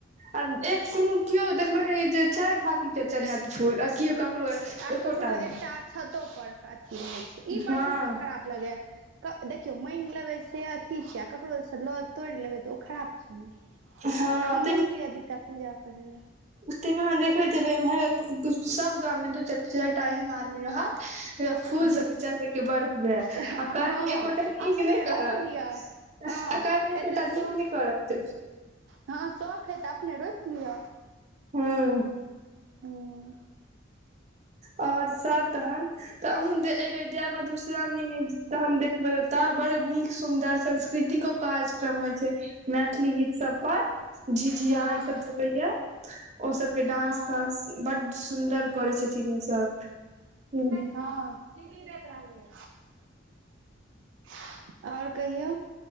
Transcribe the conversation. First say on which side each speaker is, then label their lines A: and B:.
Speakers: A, on the right (about 35°); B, on the right (about 70°).
A: आ ऐ कोन केओ देखबे जे चाइर ढाकी केँ चरहैत फूल आ केओ ककरो
B: आ
A: एकोटा
B: ककरो
A: नहि
B: एकटा अक्षतो पर अथी रहैत छै ई बड़ी
A: हँ
B: हमरा खराब लगे कऽ देखियो माइंग लेबे से अथी छै आ ककरो से लऽ तोड़ लेबे तऽ ओ खराब छै न <inaudible>
A: हँ
B: अहाँ माइंग लिअ दूटा पूजा करै लऽ
A: उठते मेहाँ देखबैत उम्हर दु सब गाम में दू चा चारटा एहन आदमी रहत फूल
B: जे
A: सब केँ चढ़बे केँ वै आ
B: हँ
A: कहत एकोटा नीक
B: अपने
A: नै
B: रोपि
A: कहत
B: लिअ हँ
A: आ काम
B: एते
A: एको टा
B: शौख
A: नीक नै करत
B: हँ शौख है तऽ अपने रोइप लिय
A: हुँ
B: <unintelligible>
A: और सब तहन तऽ अहन एहिबर जय मधुर मधुश्रामणी में तहन देखबे ओत बड़ नीक सुंदर सांस्कृतिको कार्यक्रम होय छै मैथिली गीत सब पर झिझिया
B: हँ
A: ई सब जे होे य ओ सब कऽ डांस
B: हँ
A: तांस बड सुंदर कर छथिन ई सब <inaudible> हु
B: हँ कि देख रहलिहे <unintelligible> आओर कहियौ